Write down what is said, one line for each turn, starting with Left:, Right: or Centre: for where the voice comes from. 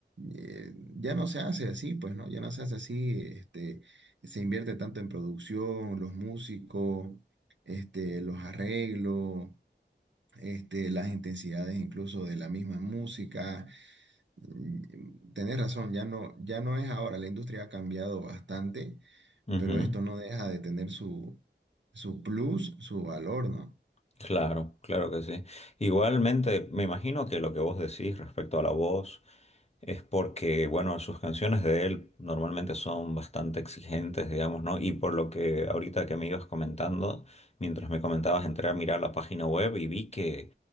Right: eh, ya no se hace así, pues, ¿no? Ya no se hace así, este, se invierte tanto en producción, los músicos, este, los arreglos, este, las intensidades incluso de la misma música. Mm, mm, Tenés razón, ya no, ya no es ahora, la industria ha cambiado bastante
Left: ujú.
Right: pero esto no deja de tener su, su plus, su valor, ¿no?
Left: Claro, claro que sí. Igualmente, me imagino que lo que vos decís respecto a la voz, es porque, bueno, sus canciones de él normalmente son bastante exigentes, digamos, ¿no? Y por lo que ahorita que me ibas comentando, mientras me comentabas, entré a mirar la página web y vi que,